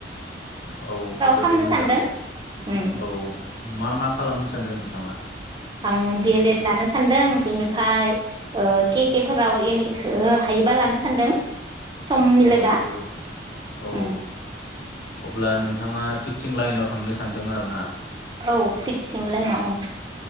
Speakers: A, on the left; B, on the right.
A: औ जोबोर
B: खालामनो
A: मोजां
B: सानदों उम
A: औ मा मा खालामनो सानदों नोंथाङा?
B: आं दि एल एड लानो सान्दों बिनिफाय केके फोराव एम ए खौ हायोबा लानो सानदों। सम मिलायबा
A: औ ज औ
B: उम
A: अब्ला नोंथाङा थि सिं लाइनाव थांनो सानदों आरोना
B: औ थिगसिं लाइनाव उम